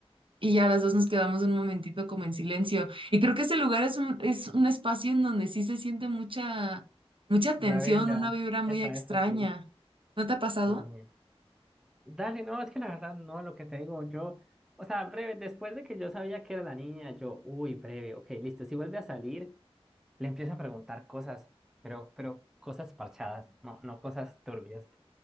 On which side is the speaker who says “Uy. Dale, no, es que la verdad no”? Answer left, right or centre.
Centre